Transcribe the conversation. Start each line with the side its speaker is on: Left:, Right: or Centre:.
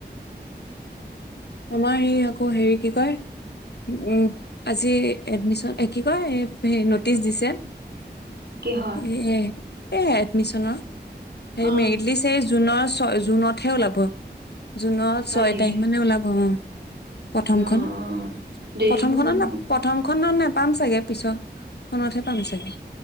Left: আমাৰ এই আকৌ, হেৰি কি কয় উম, আজি এডমিশন, কি কয় নটিচ দিছে।
Right: কিহৰ?
Left: এ, এ এডমিচনৰ হে
Right: অ
Left: মেৰিট লিষ্ট হে জুনৰ ছয়, জুনতহে ওলাব জুনত
Right: হয়
Left: ছয়
Right: নেকি
Left: তাৰিখ মানে ওলাব অ'। প্ৰথমখন,
Right: অ অ দেৰি
Left: প্ৰথমখনত
Right: হ'ব নহয়
Left: প্ৰথমখন নেপাম চাগে। পিছৰ খনত হে পাম চাগে।